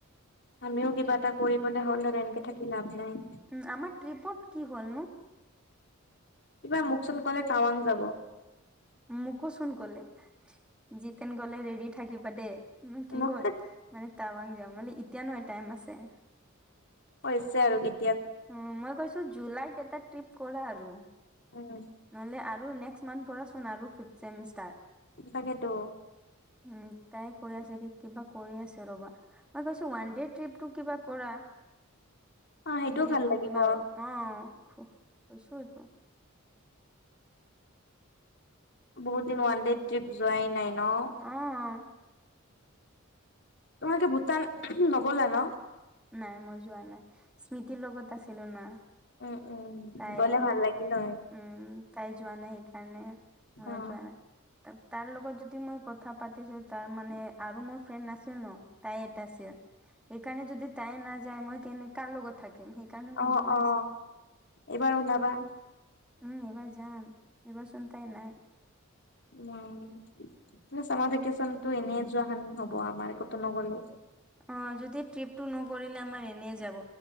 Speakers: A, on the left; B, in the centre.
A: আমিও কিবা এটা কৰিবলে হ'লে এনেকে থাকি লাভ নাই।
B: উম আমাৰ ট্ৰিপৰ্ট কি হ'লনো?
A: কিবা মোক চোন ক'লে টাৱাং যাব।
B: মোকোচোন ক'লে, জিতেন গ'লে ৰেডি থাকিবা দে। উম কিহত?
A: মোক
B: মানে টাৱাং যাম মানে এতিয়া নহয় টাইম আছে।
A: হৈছে আৰু কে।
B: উ মই কৈছোঁ জুলাইত। <unintelligible> ট্ৰিপ কৰা আৰু,
A: উম
B: নহ'লে আৰু নেক্স মান্থৰ পৰাচোন আৰু ফিফ্টচেম ষ্টাৰ্ট।
A: তাকেতো।
B: উ তাই কৈ আছে কি কিবা কৰি আছে ৰবা, মই কৈছোঁ ওৱান দে ট্ৰিপটো কিবা কৰা।
A: অ সেইটোও
B: যদি
A: ভাল
B: তোৰ
A: লাগিব
B: কিবা অ <unintelligible> কৈছোঁ এইটো।
A: বহুত দিন ওৱান ডে ট্ৰিপ যোৱাই নাই নহ।
B: অ',
A: তোমালোকে ভূটান নগ'লা নহ।
B: নাই মই যোৱা নাই। স্মৃতিৰ লগত আছিলোঁ না।
A: উম উম
B: তাই
A: গলে ভাল লাগিল হয়
B: উম তাই যোৱা নাই। <unintelligible> মই
A: অ
B: যোৱা নাই। তাৰ লগত যদি মই কথা পাতিছোঁ তাৰ মানে। আৰু মোৰ ফ্ৰেণ্ড নাছিল নহ, তাই এটা আছিল, সেইকাৰণে যদি তাই নাযায় মই কেনে কাৰ লগত। থাকিম সেইকাৰণে মই
A: অ
B: যোৱা নাছিলো।
A: অ এইবাৰ ওলাবা।
B: উম এইবাৰ যাম। এইবাৰ চোন তাই নাই।
A: অহ চামাৰ ভেকেচনটো এনে যোৱা হেন হ'ব আমাৰ, ক'তো নগ'লে।
B: অ যদি ট্ৰিপটো নকৰিলে আমাৰ এনে যাব